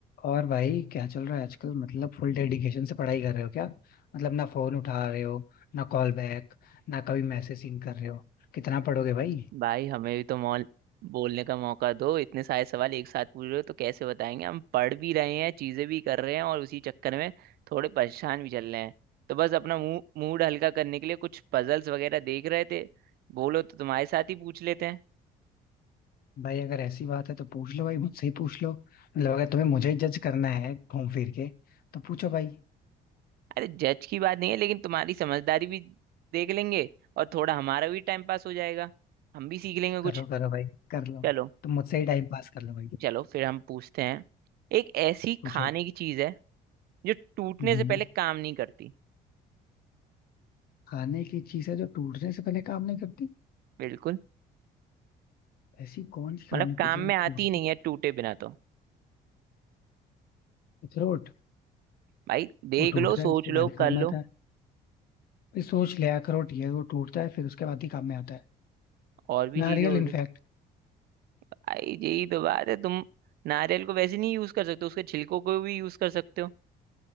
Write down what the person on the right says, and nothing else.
भाई हमें भी तो मॉल बोलने का मौका दो इतने सारे सवाल एक साथ पूछ रहे हो तो कैसे बताएंगे हम पढ़ भी रहे हैं चीजें भी कर रहे हैं और उसी चक्कर में थोड़े परेशान भी चल रहे हैं तो बस अपना मूड मूड हल्का करने के लिए कुछ पजल्स वगैरह देख रहे थे बोलो तो तुम्हारे साथ ही पूछ लेते हैं
अरे जज की बात नहीं है लेकिन तुम्हारी समझदारी भी देख लेंगे और थोड़ा हमारा भी टाइम पास हो जाएगा हम भी सीख लेंगे कुछ
चलो
चलो फिर हम पूछते हैं एक ऐसी
खाने की चीज है जो टूटने
से पहले काम नहीं करती
बिल्कुल
मतलब
काम
में आती
ही नहीं है टूटे बिना तो
भाई देख
लो सोच
लो
कर
लो
और भी चीजें
हो
सकती भाई यही तो बात है तुम नारियल को वैसे नहीं यूज कर सकते उसके छिलकों को भी यूज कर सकते हो